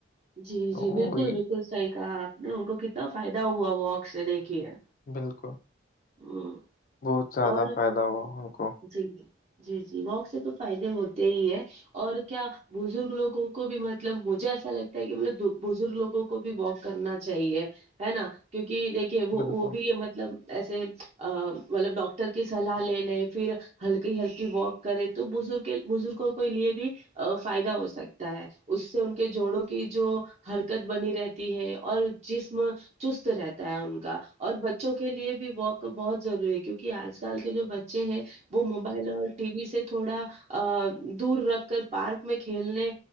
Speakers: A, on the right (about 35°); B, on the left (about 45°).
A: جی
B: وہی
A: جی بالکل بالکل صحیح کہا آپ نے ان کو کتنا فائدہ ہوا وہ اک سے دیکھی ہے
B: <inaudible>
A: <inaudible>
B: بہت زیادہ
A: اور
B: فائدہ ہوا ان کو
A: جی جی جی جی وق سے تو فائدے ہوتے ہی ہے اور کیا بزرگ لوگوں کو بھی مطلب مجھے ایسا لگتا ہے کہ ملب بزرگ لوگوں کو کو بھی واک کرنا چاہیے ہے نا کیونکہ دیکھیے وہ
B: بالکل
A: بھی مطلب ایسے مطلب ڈاکٹر کی سلاح لے لے پھر ہلکی ہلکی واک کرے تو بزگ بزرگوں کے لیے بھی ا فائدہ ہو سکتا ہے اس سے ان کے جوڑوں کی جو حرکت بنی رہتی ہے اور جسم چست رہتا ہے ان کا اور بچوں کے لیے واک بہت ضروری ہے کیونکہ آج کل کے جو بچے ہیں وہ موبائل اور ٹی وی سے تھوڑا دور رکھ کر پارک میں کھیلنے